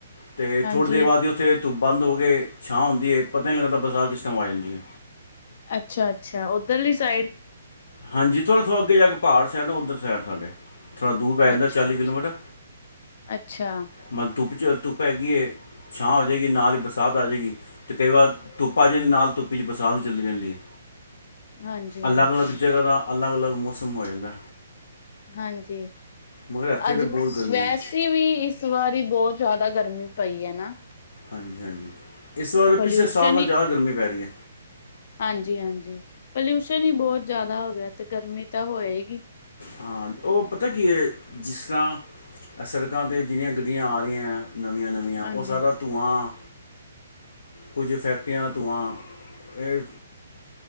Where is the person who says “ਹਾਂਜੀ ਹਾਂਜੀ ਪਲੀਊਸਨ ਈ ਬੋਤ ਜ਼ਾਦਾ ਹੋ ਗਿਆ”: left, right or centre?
Left